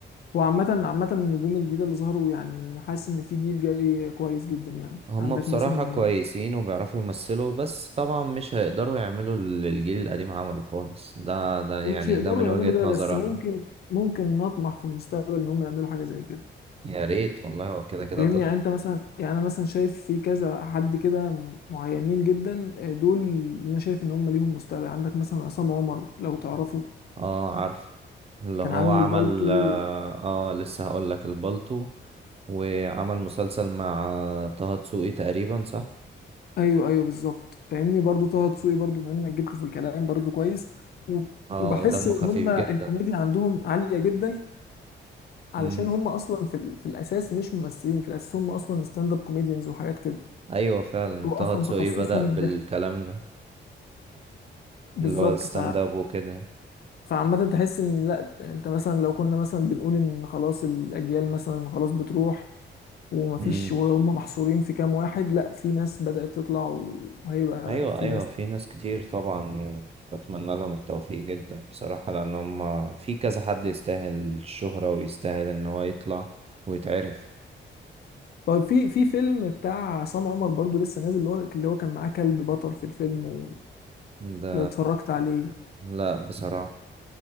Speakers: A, on the left; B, on the right.
A: وعامة عامة النجوم الجديدة اللي ظهروا يعني حاسس ان في جيل جاي كويس جدا يعني
B: هم
A: عندك
B: بصراحة
A: مثلا
B: كويسين وبيعرفوا يمثلوا بس طبعا مش هيقدروا يعملوا اللي الجيل القديم عمله خالص ده ده يعني
A: هم مش يقدروا
B: ده من
A: يعملوا
B: وجهة
A: ده
B: نظر
A: بس ممكن
B: أنا
A: ممكن نطمح في المستقبل ان هم يعملوا حاجة زي كده
B: يا ريت والله هو كده كده
A: فاهمني
B: تض...
A: يعني انت مثلا يعني انا مثلا شايف في كذا حد كده معينين جدا آه، دول انا شايف ان هم ليهم مستقبل عندك مثلا عصام عمر لو تعرفه
B: اه عارف اللي
A: كان
B: هو
A: عامل
B: عمل
A: اه البالتو
B: اه آه، لسه هقولك البالتو وعمل مسلسل مع طه دسوقي تقريبا صح؟
A: ايوه ايوه بالظبط فاهمني برضو طه دسوقي برضو بما انك جبته في الكلام برضو كويس و-
B: اه
A: وبحس
B: ودمه
A: ان
B: خفيف
A: هما
B: جدا
A: الكوميديا عندهم عاليه جدا علشان
B: مم.
A: هما اصلا في, ال... في الاساس مش ممثلين في الاساس هما اصلا ستاند اب كوميديانز وحاجات كده
B: أيوة فعلا
A: هو اصلا
B: طه دسوقي
A: تخصصهم
B: بدأ بالكلام
A: الضحك
B: ده
A: بالظبط
B: اللي هو الستاند
A: ف
B: اب وكده
A: فعامة تحس ان لا انت مثلا لو كنا مثلا بنقول ان خلاص الاجيال مثلا خلاص بتروح ومفيش
B: مم.
A: وهم محصورين في كام واحد لا في ناس بدأت تطلع وهيبقى
B: ايوه
A: في
B: ايوه
A: ناس
B: في ناس كتير طبعا بتمنى لهم التوفيق جدا بصراحة لان هم في كذا حد يستاهل الشهرة ويستاهل ان هو يطلع ويتعرف
A: طيب في في فيلم بتاع عصام عمر برضو لسه نازل اللي هو اللي هو كان معاه كلب بطل في الفيلم ولو
B: ده
A: اتفرجت عليه
B: لا بصراحة